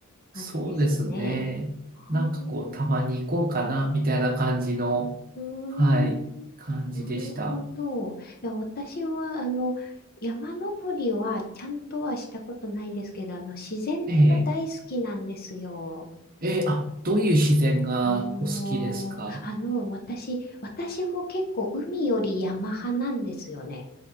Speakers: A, on the left; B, on the right.
A: あれですね。
B: そうですね。
A: あ
B: なんかこう、
A: あ。
B: たまに行こうかな、みたいな感じの、
A: うーん、
B: はい、感じでした。
A: なるほど。いや、私は、あの、山登りはちゃんとはしたことないんですけど、あの、自然が大好きなんですよ。
B: ええ、ええ、あ、どういう自然がお好きですか
A: あのー、あの、私、私も結構海より山派なんですよね。